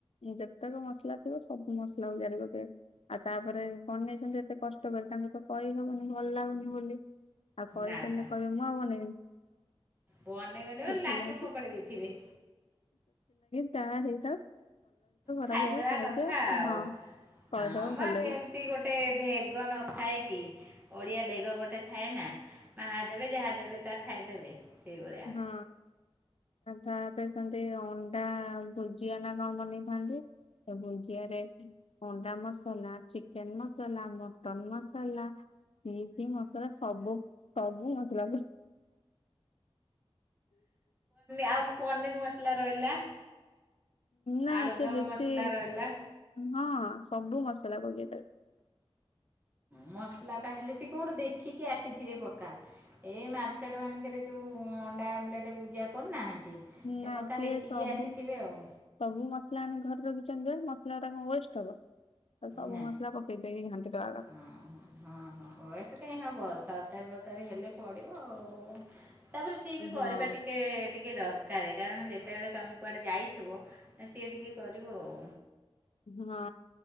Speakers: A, on the left; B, on the right.
A: ଯେତେକ ମସଲା ସବୁ ମସଲା ଅଜାରି କରିଦେବେ ଆଉ ତାପରେ ବନେଇଛନ୍ତି ଏତେ କଷ୍ଟ କରି ତାଙ୍କୁ ତ କହିହବନି ଭଲ ଭଲ ଲାଗୁନି ବୋଲି ଆଉ କହିଦେଲେ
B: ନା ନା
A: କହିବେ ମୁଁ ଆଉ ବନେଇବିନି।
B: ବନେଇବେନି ବୁଲି
A: ସେଥିଲାଗି
B: ଲାଷ୍ଟ କୁ ଫୋପାଡ଼ି ଦେଇଥିବେ।
A: ତା ହେଇତ।
B: ଖାଇଦେବା
A: ଘର ଭରା ଖାଇଦିଅ
B: କଥା ଆଉ
A: ହଁ। କହିଦବ
B: ହଁ ମା
A: ଭଲ
B: ଯେମତି
A: ହେଇଛି।
B: ଗୋଟେ ଢ଼େଗ ନଥାଏ କି ଓଡିଆ ଢ଼େଗ ଗୋଟେ ଥାଏ ନା। ମା ଦେବେ ଯାହା ଦେବେ ତାହା ଖାଇଦେବେ। ସେଇଭଳିଆ
A: ହଁ। ତାପରେ ସେମତି ଅଣ୍ଡା ଭୁଜିଆ ନା କଣ ବନେଇଥାନ୍ତି। ଅଣ୍ଡା ଭୁଜିଆରେ ଅଣ୍ଡା ମସଲା ଚିକେନ ମସଲା ମଟନ ମସଲା। କି କି ମସଲା ସବୁ ସବୁ ମସଲାକୁ
B: ଆଉ ପନିର ମସଲା ରହିଲା।
A: ନା
B: ଆଳୁଦମ
A: ସେ ବେଶୀ
B: ମସଲା ରହିଲା
A: ହଁ ସବୁ ମସ <unintelligible>
B: ମସଲା ଟା ହେଲେ ସେ କୋଉଁଠୁ ଦେଖିକି ଆସି ଥିବେ ପକ୍କା ଏଇ ମାର୍କେଟ ମାନଙ୍କରେ ଯୋଉଁ ଅଣ୍ଡା ଆମ୍ଲେଟ ବୁଜିଆ କରୁନାହାନ୍ତି ଏ
A: ନା
B: ପକ୍କା
A: ସିଏ
B: ଦେଖିକି
A: ସବୁ
B: ଆସିଥିବେ ଆଉ
A: ସବୁ ମସଲା ଆଣି ଘରର କିଚେନ ରେ ମସଲା ଗୁରା କଣ ୱେଷ୍ଟ ହବ। ଆଉ ସବୁ
B: ନା
A: ମସଲା ପକେଇ ଦେଇକି ଘାଣ୍ଟି ଦବା କଥା।
B: ହଁ ହଁ ୱେଷ୍ଟ କାଇଁ ହବ ତର ତରକାରୀ ବରକାରୀ ହେଲେ ପଡ଼ିବ ଆଉ ତାପରେ ସିଏ ବି
A: ହଁ
B: କରିବା
A: ହଁ
B: ଟିକେ ଟିକେ ଦରକାର। କାରଣ ଯେତେବେଳେ ତମେ କୁଆଡ଼େ ଯାଇଥିବ ସିଏ ଟିକେ କରିବ ଆଉ।
A: ହଁ